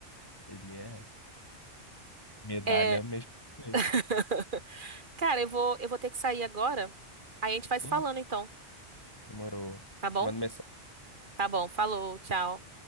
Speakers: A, on the left; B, on the right.
A: Ele é medalha
B: É.
A: mesmo. com ele.
B: <laughs> Cara, eu vou, eu vou ter que sair agora. Aí a gente vai se
A: Uhum.
B: falando, então.
A: Demorou.
B: Tá bom?
A: Te mando mensagem.
B: Tá bom, falou, tchau.